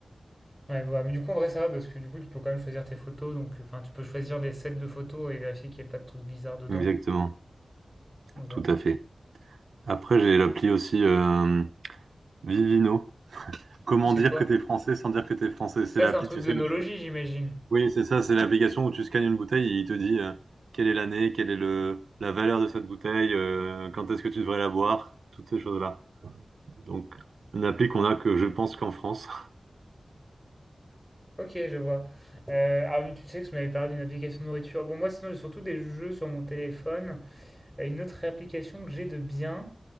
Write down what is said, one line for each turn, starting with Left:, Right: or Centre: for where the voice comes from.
Centre: Ouais, voilà. Mais du coup, en vrai, ça va parce que du coup, tu peux quand même choisir tes photos. Donc, enfin, tu peux choisir les sets de photos et vérifier qu'il n'y a pas de trucs bizarres dedans.
Right: Exactement,
Centre: Donc, voilà.
Right: tout à fait. Après, j'ai l'appli aussi euh, Vivino. Comment
Centre: C'est
Right: dire
Centre: quoi?
Right: que t'es français sans dire que t'es français? C'est
Centre: Ça,
Right: l'appli,
Centre: c'est un truc
Right: tu
Centre: de
Right: sais,
Centre: nologie,
Right: où tu peux-
Centre: j'imagine.
Right: Oui, c'est ça, c'est l'application où tu scannes une bouteille et il te dit euh, quelle est l'année, quelle est le la valeur de cette bouteille, euh, quand est-ce que tu devrais la boire, toutes ces choses-là. Donc, une appli qu'on a que je pense qu'en France. <laughs>
Centre: Ok, je vois. Euh, ah oui, tu sais que je m'avais parlé d'une application de nourriture. Bon, moi, sinon, j'ai surtout des jeux sur mon téléphone. Euh, Une autre application que j'ai de bien,